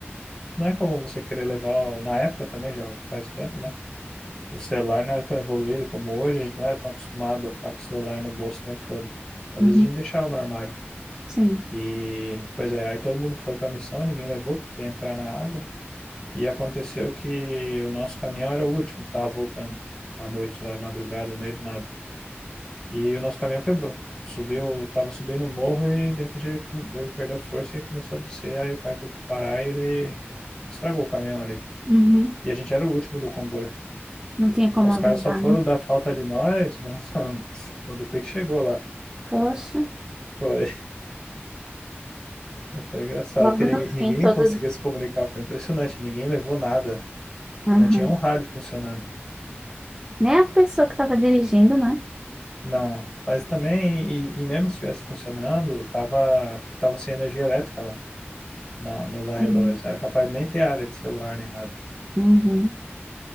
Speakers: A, on the left; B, on the right.
A: não é como você querer levar. o- Na época também, já faz o tempo, né? O celular não era tão evoluído como hoje. A gente não era tão acostumado a ficar com o celular no bolso o tempo todo. Às
B: Uhum.
A: vezes a gente deixava no armário.
B: sim.
A: E, pois é, aí todo mundo foi para a missão, ninguém levou, porque ia entrar na água. E aconteceu que o nosso caminhão era o último que estava voltando à noite, lá de madrugada, no meio do nada. E o nosso caminhão quebrou. Subiu, tava subindo o morro e de repente ele, ele perdeu força e começou a descer. Aí o cara teve que parar e ele estragou o caminhão ali.
B: Uhum.
A: E a gente era o último do comboio.
B: Não tinha como
A: Os
B: avisar,
A: caras só foram
B: né?
A: dar falta de nós no- <laughs> depois que chegou lá.
B: Poxa.
A: Foi, foi engraçado,
B: Logo
A: porque
B: no
A: ninguém, ninguém
B: fim, todos.
A: conseguia se comunicar. Foi impressionante, ninguém levou nada.
B: Aham.
A: Não tinha um rádio funcionando.
B: Nem a pessoa que estava dirigindo, né?
A: Não. Mas também, e, e mesmo se estivesse funcionando, tava, tipo, tava sem energia elétrica lá na, nos arredores.
B: Sim.
A: Era capaz de nem ter área de celular nem nada.
B: Uhum.